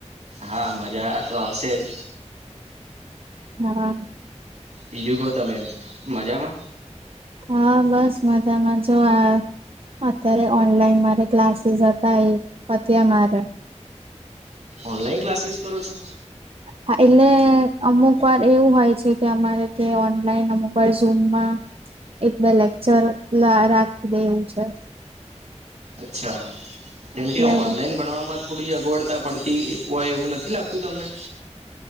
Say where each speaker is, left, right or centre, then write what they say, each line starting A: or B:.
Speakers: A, on the right; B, on the right.
A: હા મજા તો આવશે જ.
B: હા
A: બીજુ કોહ તમે મજામાં.
B: હા બસ મજામા જો આ. અત્યારે ઓનલાઈન મારે ક્લાસીસ હતા એ પત્યા મારે.
A: ઓનલાઈન ક્લાસીસ કરો છો.
B: હા એટલે અમુક વાર એવું હોય છે કે અમારે કે ઓનલાઈન અમુક વાર ઝૂમમાં. એટલે લેક્ચર લ રાખી દે એવું છે.
A: અચ્છા. કેમકે
B: એટલે
A: ઓનલાઈન ભણવાવામાં થોડી અગવડતા પડતી હોય એવું નથી લાગતું તમને.